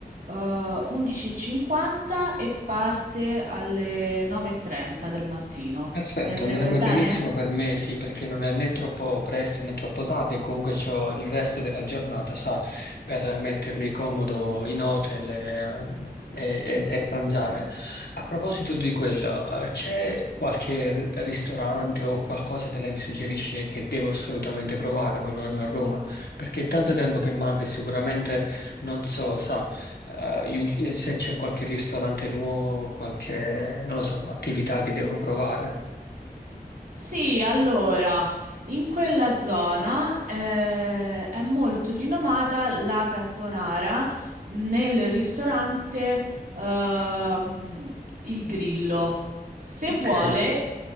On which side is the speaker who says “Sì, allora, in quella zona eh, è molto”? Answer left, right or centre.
Right